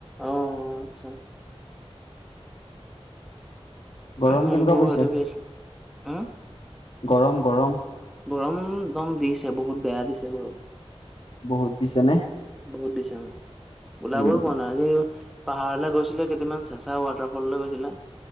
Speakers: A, in the centre; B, on the left.
A: অ আচ্ছা
B: গৰম
A: এইবোৰ
B: কেনেকুৱা পৰিছে।
A: এইটো কি আছিলে হা
B: গৰম গৰম
A: গৰম একদম দিছে বহুত বেয়া দিছে গৰম।
B: বহুত দিছে নে।
A: বহুত দিছে উম ওলাবই
B: উম,
A: পোৱা নাই আজি পাহাৰলৈ গৈছিলে কেইটামান চেচা ৱাটাৰ ফললৈ গৈছিলে